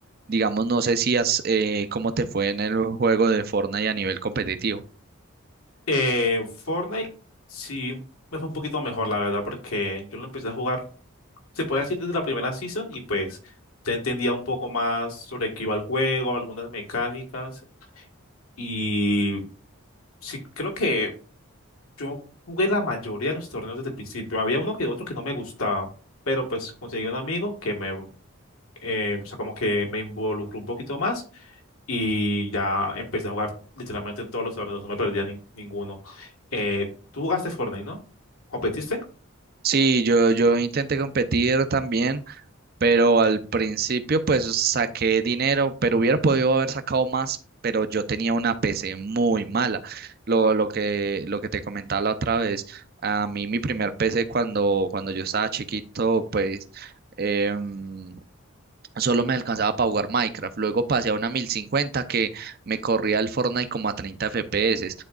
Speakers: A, on the right; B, on the left.
A: digamos, no sé si has, eh, cómo te fue en el juego de Fortnite a nivel competitivo.
B: Eh, Fortnite sí me fue un poquito mejor, la verdad, porque yo lo empecé a jugar, se puede decir desde la primera season y pues ya entendía un poco más sobre qué iba el juego, algunas mecánicas y sí, creo que yo jugué la mayoría de los torneos desde el principio. Había uno que otro que no me gustaba, pero pues conseguí un amigo que me, eh, o sea, como que me involucró un poquito más. y ya empecé a jugar literalmente todos los torneos, no me perdía nin- ninguno. Eh, ¿tú jugaste Fortnite, no? ¿Competiste?
A: Sí, yo, yo intenté competir también. pero al principio pues saqué dinero, pero hubiera podido haber sacado más, pero yo tenía una PC muy mala. Lo, lo que, lo que te comentaba la otra vez, a mí mi primer PC cuando, cuando yo estaba chiquito, pues... em, Solo me alcanzaba para jugar Minecraft. Luego pasé a una 1050 que me corría el Fortnite como a 30 FPS.